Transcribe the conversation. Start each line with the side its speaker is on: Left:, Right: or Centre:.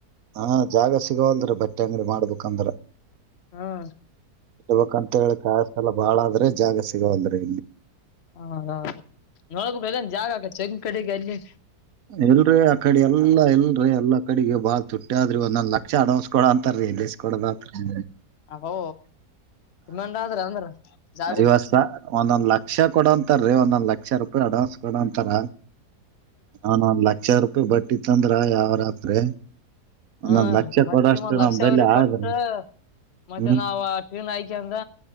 Right: ಹಾ ಜಾಗ ಸಿಗೋಲ್್ರ ಬಟ್ಟೆ ಅಂಗ್ರ ಮಾಡ್ಬೇಕಂದ್ರ
Left: ಹ್ಮ್
Right: ಹಳ್ಬೇಕಂತ ಹೇಳಿ ಕಾಯಸ ಎಲ್ಲ ಬಾಳ ಆದ ರೀ ಜಾಗ ಸಿಗೋ ವಲದ ರೀ
Left: ಹದೌದ ನೋಡ್ಬೇಕ ಎಲ್ಲಂದ ಜಾಗ ಆಕತ್ ಹೆಂಗ್ ಕಡೆಗೆ ಅಲ್ಲಿ
Right: ಎಲ್ರರಿ ಆ ಕಡೆ ಎಲ್ಲಾ ಇಲ್ರಿ ಎಲ್ಲಾ ಕಡಿಗು ಬಾಳ್ ತುಟ್ಟ ಆದ್ರಿ ಒಂದೊಂದ್ ಲಕ್ಷ ಅಡವಸ ಕೊಡು ‌ ಅಂತನ ರೀ ರೀ ಗೆಲ್ಲಿಸಿ ಕೊಡೋದು ಆತದ್ರಿ
Left: ಅಬು ಡಿಮ್ಯಾಂಡ್ ಆದ್ರಿ ಜಾಗದ್ದ
Right: ಐವತ್ ಸಾ ಒಂದೊಂದ್ ಲಕ್ಷ ಕೊಡಂತಾರೀ ಒಂದೊಂದ್ ಲಕ್ಷ ರೂಪಾಯಿ ಅಡ್ವಾನ್ಸ್ ಕೊಡಂತರ ಒಂದೊಂದ್ ಲಕ್ಷ ರೂಪಾಯ ಬಟ್ಟಿ ತಂದರ ವ್ಯವಹಾರ ಆತದ ರೀ ಒಂದೊಂದು
Left: ಹಾ
Right: ಲಕ್ಷ
Left: ರೀ ಮತ್ತೆ
Right: ಕೊಡಷ್ಟು
Left: ಒಂದ್
Right: ನಮ
Left: ಲಕ್ಷ
Right: ಬೆಲಿ
Left: ಅವ್ರಿ
Right: ಆದ
Left: ಕೊಟ್ಟು ಮತ್ತೆ
Right: ಹ್ಮ್
Left: ನಾವ್ ಟ್ರೈನ್ ಹಾಯ್ಕಂದ